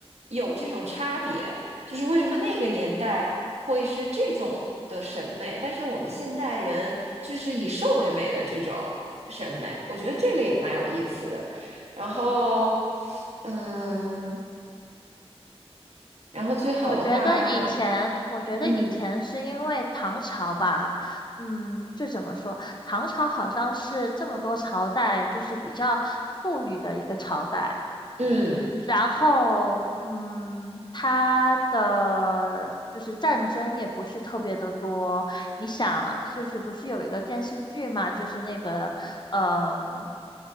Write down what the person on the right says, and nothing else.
有这种差别？就是为什么那个年代会是这种的审美，但是我们现代人却是以瘦为美的这种审美，我觉得这个也蛮有意思的。然后，嗯，然后最好的话，
嗯
嗯